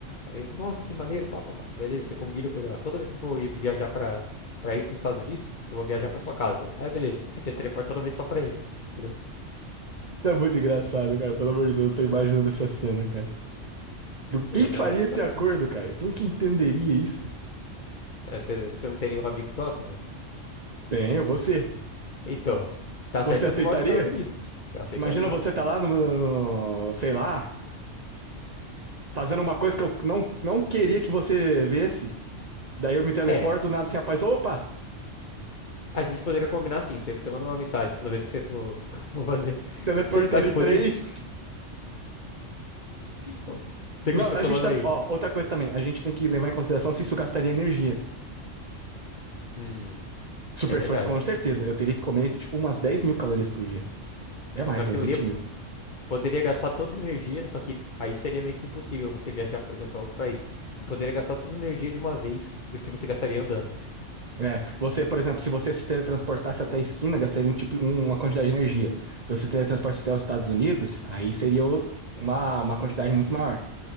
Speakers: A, on the left; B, on the right.
A: Aí, Nossa, que maneiro, pá, pá, pá. Beleza, você combina com ele, ó. Toda vez que eu for ir viajar pra, pra ir pros Estados Unidos, eu vou viajar pra sua casa. Então. Aí, beleza. Aí você teleporta toda vez só pra ele, entendeu?
B: Isso é muito engraçado, cara. Pelo amor de Deus, eu tô imaginando essa cena, cara. Quem
A: Ia ser
B: faria
A: massa pra
B: esse
A: caramba.
B: acordo, cara? Quem que entenderia isso?
A: Aí Você, você não tem nenhum amigo próximo, mano?
B: Tenho, você.
A: Então, tá
B: Você
A: certo que
B: aceitaria?
A: eu não moro nos Estados Unidos. Eu aceitaria,
B: Imagina você
A: pô.
B: tá lá no, no- sei lá, fazendo uma coisa que eu não, não queria que você visse. Daí eu me teleporto,
A: É,
B: do nada assim aparece, opa,
A: a gente poderia combinar assim. Você, você manda uma mensagem toda vez que você for, <laughs> for fazer.
B: teleportando
A: Você tá disponível?
B: em três.
A: Ô, Seguinte,
B: Não,
A: tô
B: a
A: colando
B: gente também,
A: aí.
B: ó, outra coisa também, a gente tem que levar em consideração se isso gastaria energia.
A: Hum,
B: Super
A: é verdade.
B: força, com certeza. Eu teria que comer, tipo, umas dez mil calorias por dia. Até mais,
A: Na teoria,
B: umas vinte mil.
A: poderia gastar toda a energia, só que aí seria meio que impossível você viajar, por exemplo, para outro país. Mas poderia gastar toda a energia de uma vez do que você gastaria andando.
B: É, você, por exemplo, se você se teletransportasse até a esquina, gastaria um tipo, um- uma quantidade de energia. Se você se teletransportasse até os Estados Unidos, aí seria o- uma, uma quantidade muito maior.